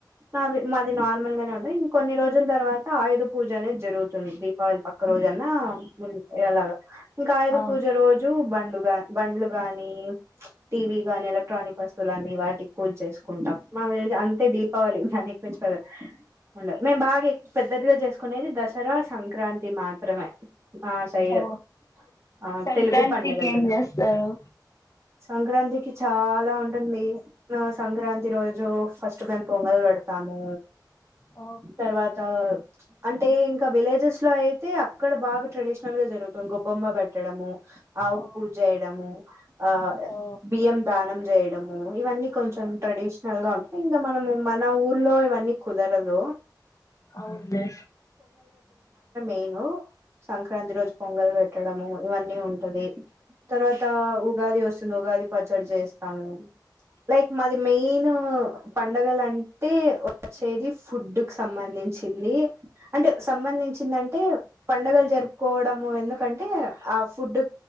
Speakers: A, on the right; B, on the left.
A: అది మాది నార్మల్ గానే ఉంటయి, కొన్ని రోజుల తర్వాత ఆయుధ పూజ అనేది జరుగుతుంది. దీపావళి పక్క రోజన్నా ముందు ఇగ అలాగా ఇంకా ఆయుధ
B: ఆ
A: పూజ రోజు బండ్లు గా బండ్లు గాని టీవీ గాని ఎలక్ట్రానిక్ వస్తువులన్నీ వాటికి పూజ చేసుకుంటాం. మాది అయితే అంతే దీపావళి దానికి మించి పెద్దగా ఉండదు మేము బాగా ఎక్ పెద్దదిగా చేసుకునేది దసరా, సంక్రాం తి మాత్రమే మా సైడ్.
B: ఓ
A: ఆ
B: సంక్రాంతికి
A: తెలుగు పండగలు
B: ఏం
A: కదా,
B: చేస్తారు
A: సంక్రాంతికి చాలా ఉంటుంది. ఆ సంక్రాంతి రోజు ఫస్ట్ మేము పొంగల్ పెడతాము.
B: ఆ
A: తర్వాత అంటే ఇంకా విలేజెస్లో అయితే అక్కడ బాగా ట్రెడిషనల్గ జరుగుతుంద్ గొబ్బమ్మ బ ట్టడము ఆవుక్
B: ఓ
A: పూజ చేయడము ఆ
B: ఓ
A: బియ్యం దానం జే డమూ ఇవన్నీ కొంచం ట్రెడిషనల్గా ఇంగ మనము మన ఊర్లో ఇవన్నీ కుదరదు.
B: అవున్లె
A: నేను సంక్రాంతి రోజు పొంగల్ పెట్టడము ఇవన్నీ ఉంటది తర్వాత ఉగాది వస్తుంద్ ఉగాది పచ్చడి చేస్తాము. లైక్ మాది మెయిన్ పండగలంటే వచ్చేది ఫుడ్క్ సంబంధించింది అంటే సంబంధించిందంటే పండగల్ జరుపుకోవడము ఎందుకంటే ఆ ఫుడ్